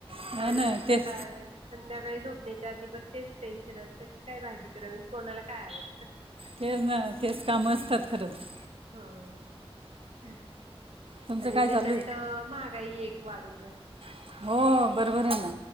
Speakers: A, on the right; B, on the right.
A: हा
B: आणि
A: ना
B: सकाळ
A: तेच
B: संध्याकाळी झोप त्याच्या आधी पण तेच टेन्शन असतं की काय भाजी करावी आणि कोणाला काय आवडतं
A: ते ना तेच काम असतात खरंच
B: हो
A: तुमचं
B: आणि
A: काय
B: त्याच्यात
A: चालू
B: महागाई एक वाढून बसली
A: आहे हो बरोबर आहे ना